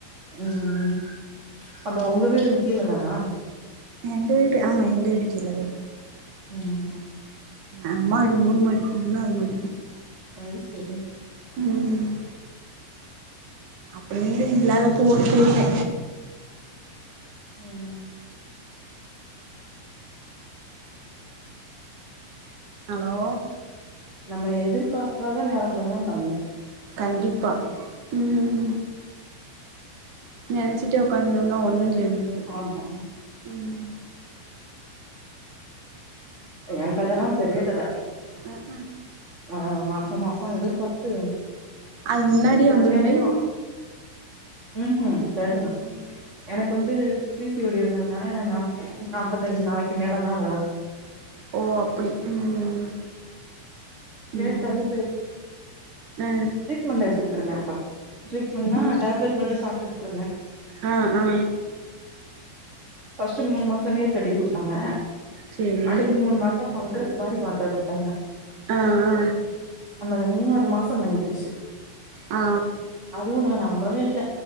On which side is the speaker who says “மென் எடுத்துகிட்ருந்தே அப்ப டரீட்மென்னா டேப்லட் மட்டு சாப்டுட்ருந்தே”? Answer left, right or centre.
Right